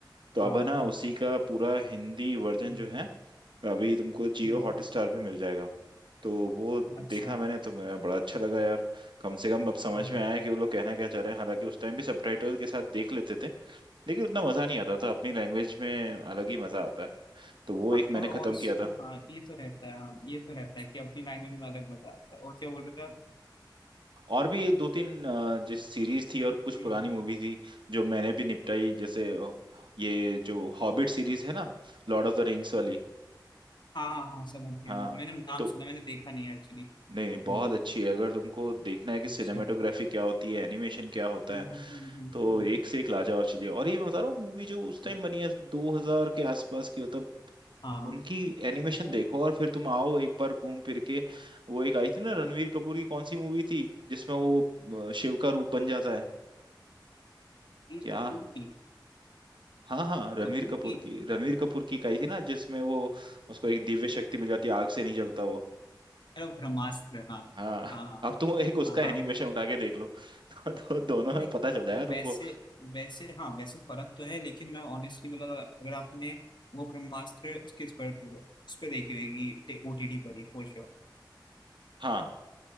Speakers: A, on the right; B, on the left.
A: तो अब
B: हाँ
A: है
B: हाँ,
A: ना उसी का पूरा हिंदी वर्जन
B: हम्म,
A: जो है अभी तुमको जियो
B: हम्म,
A: हॉटस्टार पे मिल जाएगा तो वो
B: अच्छा
A: देखा मैंने तो मेरा बड़ा अच्छा लगा यार कम से कम अब समझ
B: हम्म,
A: में आया कि वो लोग कहना क्या चाह रहे हैं हालांकि उस टाइम भी सबटाइटल के साथ देख लेते थे लेकिन उतना मजा नहीं आता था अपनी लैंग्वेज में अलग ही मजा आता है तो वो
B: हाँ
A: एक
B: और
A: मैंने
B: ऑल्सो
A: खत्म किया था
B: हाँ ये तो रहता है हाँ ये तो रहता है कि अपनी लैंग्वेज में अलग मजा आता है और क्या बोल रहे थे आप
A: और भी दो तीन अ, जिस सीरीज थी और कुछ
B: हम्म,
A: पुरानी मूवी थी जो मैंने भी निपटाई जैसे अ, ये जो हॉबिट सीरीज है ना लॉर्ड ऑफ द रिंग्स वाली
B: हाँ हाँ हाँ समझ गया
A: हाँ
B: हाँ मैंने नाम
A: तो
B: सुना मैंने देखा नहीं एक्चुअली
A: नहीं नहीं, बहुत
B: हम्म
A: अच्छी है अगर तुमको देखना है कि
B: अच्छा
A: सिनेमेटोग्राफी
B: हम्म
A: क्या होती है एनिमेशन क्या होता
B: हम्म
A: है
B: हम्म,
A: तो
B: हम्म,
A: एक से एक लाजवाब चीजें और ये मैं बता रहा हूँ मूवी जो उस टाइम
B: हम्म,
A: बनी है 2000 के आसपास की मतलब
B: हाँ
A: उनकी एनिमेशन
B: वो
A: देखो और फिर तुम आओ एक बार घूम फिर के वो एक आई थी ना रणवीर कपूर की कौन सी मूवी थी जिसमें वो अ, शिव का रूप बन जाता है
B: रणबीर
A: क्या
B: कपूर की
A: हाँ हाँ रणवीर
B: कपूर
A: कपूर
B: की
A: की रणवीर कपूर की एक आई थी ना जिसमें वो उसको एक दिव्य शक्ति मिल जाती है आग से नहीं जलता वो
B: अरे वो ब्रह्मास्त्र हाँ
A: हाँ <laughs>
B: हाँ हाँ
A: अब तुम एक उसका
B: हाँ हाँ
A: एनिमेशन
B: हाँ।
A: उठा के देख लो <laughs> तो, तो दोनों
B: नहीं
A: में पता चल जाएगा तुमको
B: वैसे वैसे हाँ वैसे फर्क तो है लेकिन मैं ऑनेस्टली बोला तो अगर आपने वो ब्रह्मास्त्र उसके उस पर उस पर देखी होगी ओटीटी पर ही फॉर
A: हाँ